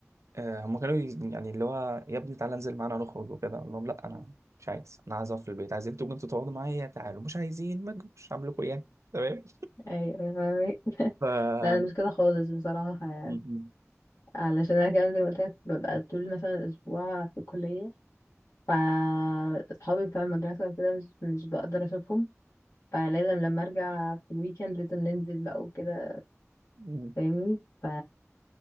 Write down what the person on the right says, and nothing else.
آه، هم كانوا ي- يعني اللي هو يا ابني تعالى انزل معانا نخرج وكده اقول لهم لا انا مش عايز انا عايز اقعد في البيت عايزين تقوموا انتوا تقعدوا معايا تعالوا مش عايزين ما تجوش اعمل لكم ايه يعني تمام
ف م-
م.
م.